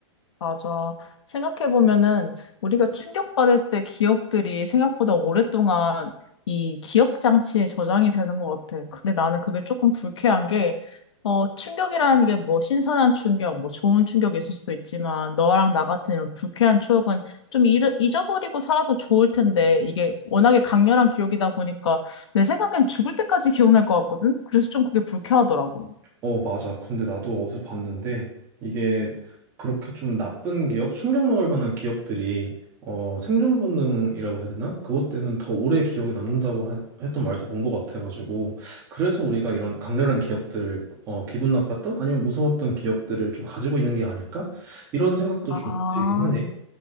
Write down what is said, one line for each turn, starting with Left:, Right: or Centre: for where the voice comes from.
Left: 맞아. 생각해보면은 우리가 충격받을 때 기억들이 생각보다 오랫동안 이 기억 장치에 저장이 되는 것 같아. 근데 나는 그게 조금 불쾌한 게, 어, 충격이라는 게 뭐 신선한 충격, 뭐 좋은 충격이 있을 수도 있지만 너랑 나 같은 이런 불쾌한 추억은 좀어 잊어버리고 살아도 좋을 텐데 이게 워낙에 강렬한 기억이다 보니까 내 생각엔 죽을 때까지 기억날 것 같거든? 그래서 좀 그게 불쾌하더라고.
Right: 어, 맞아. 근데 나도 어디서 봤는데 이게 그렇게 좀 나쁜 기업, 충격 먹을 만한 기업들이 어, 생존 본능이라고 해야 되나? 그것 때문에 더 오래 기억에 남는다고 하- 했던 말도 본 것 같아가지고 그래서 우리가 이런 강렬한 기억들을 어, 기분 나빴던 아니면 무서웠던 기억들을 좀 가지고 있는 게 아닐까? 이런 생각도
Left: 아,
Right: 좀 들긴 하네.